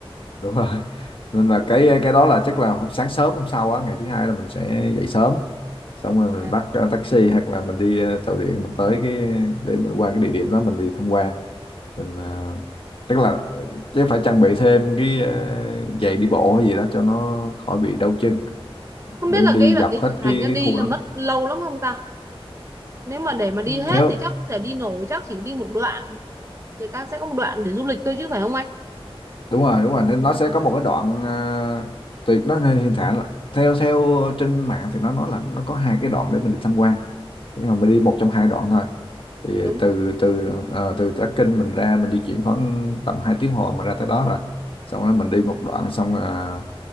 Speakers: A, on the left; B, on the right.
A: đúng rồi <laughs> nên là cái cái đó là chắc là sáng sớm hôm sau á ngày thứ hai là mình sẽ dậy sớm xong rồi
B: Dạ.
A: mình bắt ờ, taxi hoặc là mình đi ờ, tàu điện mình tới cái để mình qua cái địa điểm đó mình đi tham quan mình ờ, tức là chứ phải trang bị thêm cái ờ, giày đi bộ hay gì đó cho nó khỏi bị đau chân
B: không
A: để
B: biết là
A: đi
B: cái Vạn
A: dọc
B: Lý
A: hết
B: Trường Thành
A: cái
B: nó đi
A: cái khu
B: là
A: đó
B: mất lâu lắm không ta nếu mà để mà đi hết
A: theo
B: thì chắc không thể đi nổi chắc chỉ đi một đoạn người ta sẽ có một đoạn để du lịch thôi chứ phải không anh
A: đúng rồi đúng rồi nên nó sẽ có một cái đoạn ờ, tùy nó nên hiện tại là theo theo trên mạng thì nó nói là nó có hai cái đoạn để mình đi tham quan thế mà mình đi một trong hai đoạn thôi thì
B: đúng
A: từ
B: rồi
A: từ ờ, từ Tắc Kinh mình ra mình di chuyển khoảng tầm 2 tiếng hồ mà ra tới đó rồi xong rồi mình đi một đoạn xong uh,